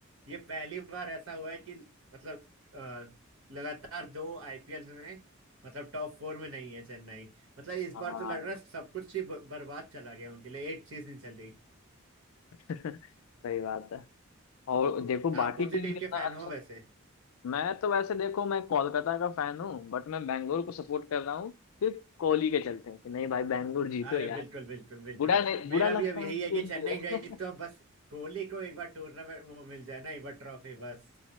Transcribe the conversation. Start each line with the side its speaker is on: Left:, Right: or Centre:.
Right: ये पहली बार ऐसा हुआ है कि मतलब अ, लगातार दो आईपीएल में मतलब टॉप फोर में नहीं है चेन्नई मतलब इस
Left: <laughs>
Right: बार
Left: हाँ
Right: तो लग रहा है सब कुछ ही ब- बर्बाद चला गया उनके लिए एक चीज नहीं चली
Left: <laughs> सही बात है और देखो बाकी
Right: आप कौन
Left: टीम
Right: सी टीम
Left: कितना
Right: के फैन
Left: अच्छा
Right: हो वैसे
Left: मैं तो वैसे देखो मैं कोलकाता का फैन हूँ बट मैं बैंगलोर को सपोर्ट कर रहा हूँ सिर्फ कोहली के चलते हैं कि नहीं भाई बैंगलोर जीतो
Right: अरे बिल्कुल बिल्कुल बिल्कुल
Left: बुरा नहीं बुरा
Right: मेरा
Left: लगता
Right: भी अब यही
Left: है उसके
Right: है कि
Left: लिए
Right: चेन्नई गई तो अब बस कोहली को एक बार टूर्नामेंट वो मिल जाए ना एक बार ट्रॉफी बस